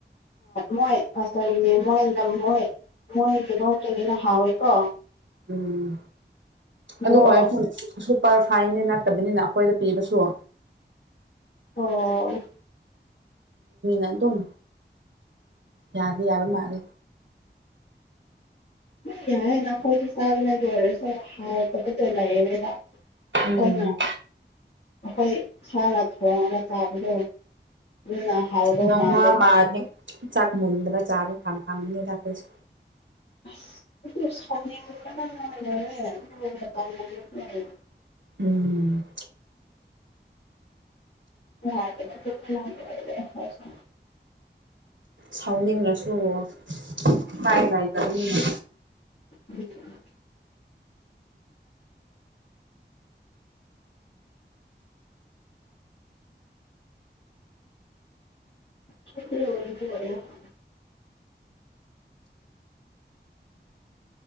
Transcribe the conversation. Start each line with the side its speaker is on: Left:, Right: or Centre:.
Left: ꯃꯣꯏ <inaudible> ꯃꯣꯏ ꯂꯝꯃꯣꯏ ꯃꯣꯏ <inaudible> ꯍꯥꯎꯋꯦꯀꯣ
Right: ꯎꯝ
Left: ꯑꯗꯣ
Right: ꯑꯗꯨ <inaudible> ꯁꯨꯄꯔ ꯐꯥꯏꯟ ꯅꯠꯇꯕꯅꯤꯅ ꯑꯩꯈꯣꯏꯗ ꯄꯤꯕꯁꯨ
Left: ꯑꯣ
Right: <inaudible> ꯑꯗꯨꯝ ꯌꯥꯗꯤ ꯌꯥꯕ ꯃꯥꯜꯂꯦ
Left: <inaudible> ꯂꯣꯏꯔꯁꯨ ꯍꯥꯎꯕꯠꯇꯣ ꯂꯩꯌꯦꯅ
Right: ꯎꯝ
Left: ꯑꯩꯈꯣꯏꯅ ꯑꯩꯈꯣꯏ ꯏꯁꯥꯅ ꯊꯣꯡꯉꯒ ꯆꯥꯕꯗꯣ <unintelligible>
Right: <unintelligible>
Left: ꯃꯥꯜꯂꯦ
Right: ꯆꯥꯛ ꯃꯨꯟꯗꯕ ꯆꯥꯕ <unintelligible>
Left: ꯑꯁ <unintelligible>
Right: ꯎꯝ
Left: <unintelligible>
Right: ꯁꯥꯎꯅꯤꯡꯂꯁꯨ ꯎꯄꯥꯏ ꯂꯩꯇꯕꯅꯤꯅꯦ
Left: <unintelligible> <unintelligible>